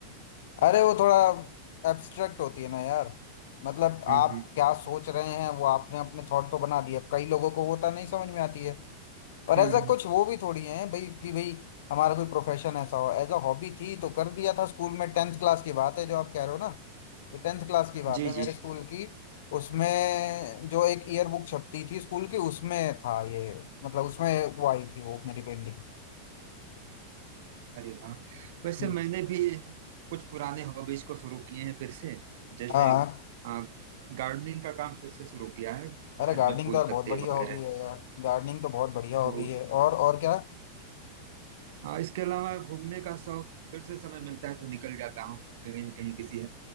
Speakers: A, on the left; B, on the right.
A: अरे वो थोड़ा एब्स्ट्रैक्ट होती है ना यार मतलब
B: हम्म
A: आप
B: हम्म
A: क्या सोच रहे हैं वो आपने अपने थॉट तो बना दिए अब कई लोगों को वो तो नहीं समझ में आती है और
B: हम्म,
A: ऐसा
B: हम्म।
A: कुछ वो भी थोड़ी है भाई कि भाई हमारा कोई प्रोफेशन ऐसा हो एज अ हॉबी थी तो कर दिया था स्कूल में टेंथ क्लास की बात है जो आप कह रहे हो ना तो टेंथ क्लास की बात
B: जी
A: है मेरे
B: जी
A: जी स्कूल की उसमें जो एक ईयर बुक छपती थी स्कूल की उसमें था ये मतलब उसमें वो आई थी वो मेरी पेंटिंग
B: अरे वाह वैसे
A: हम्म
B: मैंने भी कुछ पुराने हॉबीज को शुरू किए हैं फिर से जैसे
A: हाँ हाँ।
B: आ, गार्डनिंग का काम फिर से शुरू किया है घर
A: अरे गार्डनिंग
B: में फूल
A: तो यार
B: पत्ते
A: बहुत बढ़िया
B: वगैरह
A: हॉबी है यार गार्डनिंग तो बहुत बढ़िया हॉबी
B: वो
A: है और और क्या
B: हाँ इसके अलावा घूमने का शौक फिर से समय मिलता है तो निकल जाता हूँ कहीं न कहीं किसी